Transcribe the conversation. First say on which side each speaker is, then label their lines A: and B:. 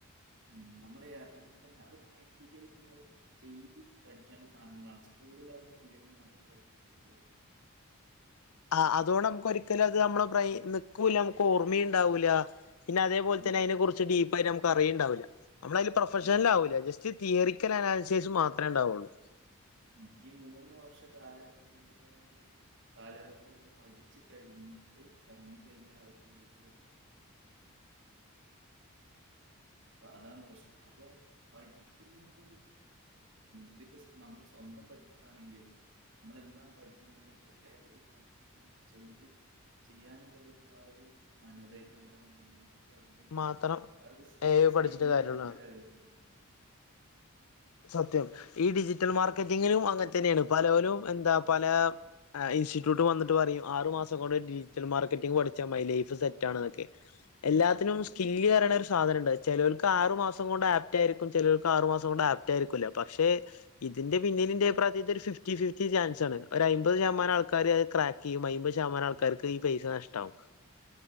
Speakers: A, on the right; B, on the left.
A: ഉം നമ്മള് എറങ്ങി തന്നെ അത് പ്രാക്ടിക്കലി നമ്മള് ചെയ്ത് പഠിക്കേണ്ട സാധനങ്ങളാണ് സ്കൂളിൽ അവര് തിയന്ന് മാത്രം പഠിപ്പിച്ച് പോവുകയ ചെയ്യതു
B: ആഹ് അതുകൊണ്ട് നമുക്ക് ഒരിക്കലും അത് നമ്മള് നക്കൂല നമുക്ക് ഓർമ്മയുണ്ടാവൂല പിന്നെ അതേപോലെ
A: ആഹ്
B: തന്ന അതിനെ കുറിച്ച് ഡീപ്പയിട്ട നമുക്ക്
A: ഉം
B: അറിയുണ്ടാവില്ല നമ്മള അതി പ്രൊഫഷൽ
A: ഉം
B: ആവില്ല ജസ്റ്റ് തിയറരിക്കൽ അനുസേഷച്ച് മാത്രമേ ഉണ്ടാവയുള്ളൂ
A: ഉ ഈ മൂന്ന് വർഷ കാല ഉള്ളവാണെങ്കിൽ കാലയളവി അവര് പഠിച്ചു കഴിഞ്ഞിട്ട് ഇറങ്ങ കഴിഞ്ഞാൽ അവർക്ക് ജോലറ്റ അപ്പ അതാണ് പ്രശ്നം അപ്പൊ പഠിക്കുന്നത് ഇതിപ്പോ നമ്മൾ സ്വന്തം പഠിക്കുകണെങ്കിൽ നമ്മൾ എന്താണ് പഠിക്കുന്ന കൃത്യായിട്ട് ഒരു പഠിക്ക ന ചെയ്ത് ചെയനുള്ള ഒരു ആ ഒരു മനോധൈര്യം ഉണ്ടെന്നുണ്ടെങ്കിൽ നമുക്ക് പിടിച്ച്
B: മാത്രം
A: നിക്കൻ പറ്റ ആ ഒരു
B: ഏ ഐ
A: സ്കില്ല്
B: പഠിച്ചിട്ട് കാര്യള്ളൂ
A: നമുക്ക് ഡെവലപ്പ് ചെയ്യണം
B: സത്യം ഈ ഡിജിറ്റൽ മാർക്കറ്റിങ്ങിനും അങ്ങനെ തന്നെയാണ് പല പോരും എന്താ പല എ ഇൻസ്റ്റ്യൂട്ട് വന്നിട്ട് പറയും ആറ് മാസം കൊണ്ട് ഡിജിറ്റൽ മാർക്കറ്റിംഗ് പഠിച്ചാ മൈ ലൈഫ് സെറ്റ ആണ്ന്നക്കെ എല്ലാ ത്തിനും
A: ഉം
B: സ്കില്ല്യുന്ന ഒരു സാധനംണ്ട് ചെലോൽക്ക് ആറുമാസം കൊണ്ട് ആപ്റ്റ ആയിരിക്കും ചേലോൽക്ക് ആറു മാസം കൊണ്ട് ആപ്പ് റ്റായിരിക്കില്ല പക്ഷെ ഇതിന്റെ പിന്നിലിന്റെ പ്രായ ഫിഫ്റ്റി ഫിഫ്റ്റി ചാൻസ്ണ് ഒരു അമ്പത് ശമാം ആൾക്കാര് അത് ക് ഈ മൈമ്പത് ശതമാനം ആൾക്കാർക്ക് ഈ പൈസ നഷ്ടവും